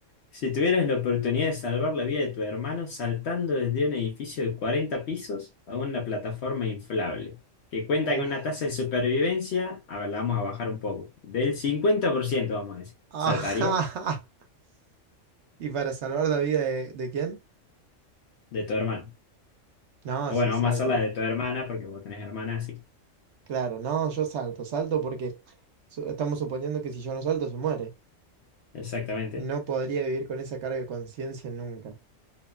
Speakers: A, on the left; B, on the right.
A: Si tuvieras la oportunidad de salvar la vida de tu hermano saltando desde un edificio de 40 pisos a una plataforma inflable, que cuenta
B: Uf.
A: con una
B: <laughs>
A: tasa de supervivencia, a ver, la vamos a bajar un poco, del 50% vamos a decir,
B: Ajá.
A: ¿saltarías
B: ¿Y para salvar la vida de, de quién?
A: de tu hermano?
B: No,
A: O bueno,
B: sí, salto.
A: vamos a hacer la de tu hermana, porque vos tenés hermana, así que-
B: Claro, no, yo salto, salto porque su- estamos suponiendo que si yo no salto se muere.
A: Exactamente.
B: No podría vivir con esa carga de conciencia nunca.